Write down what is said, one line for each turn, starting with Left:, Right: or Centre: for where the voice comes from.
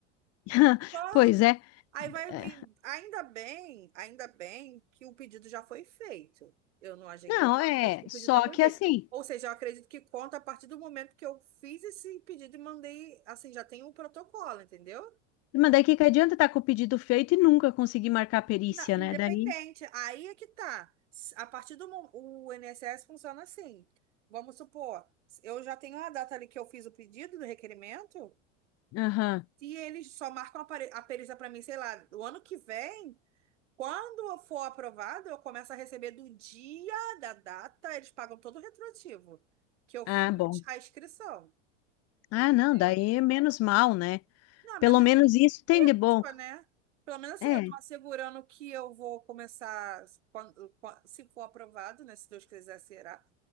Left: <laughs>
Right: Claro.
Left: Pois é.
Right: Aí vai,
Left: É.
Right: e ainda bem, ainda bem que o pedido já foi feito. Eu não agendei,
Left: Não, é.
Right: mas o pedido
Left: Só
Right: já foi
Left: que
Right: feito.
Left: assim,
Right: Ou seja, eu acredito que conta a partir do momento que eu fiz esse pedido e mandei, assim, já tem o protocolo, entendeu?
Left: mas daí que que adianta estar com o pedido feito e nunca conseguir marcar a perícia,
Right: Na- independente.
Left: né? Daí.
Right: Aí é que tá. S- A partir do mo- o INSS funciona assim. Vamos supor, eu já tenho a data ali que eu fiz o pedido do requerimento,
Left: Aham.
Right: e eles só marcam a pare- a perícia para mim, sei lá, o ano que vem. Quando for aprovado, eu começo a receber do dia da data, eles pagam todo o retroativo, que eu fiz
Left: Ah, bom.
Right: a inscrição,
Left: Ah,
Right: entendeu?
Left: não, daí é menos mal, né?
Right: Não, menos,
Left: Pelo menos isso tem de bom.
Right: tipo, né? Pelo menos assim,
Left: É,
Right: eu tô assegurando que eu vou começar, quando, quan- se for aprovado, né? Se Deus quiser, será.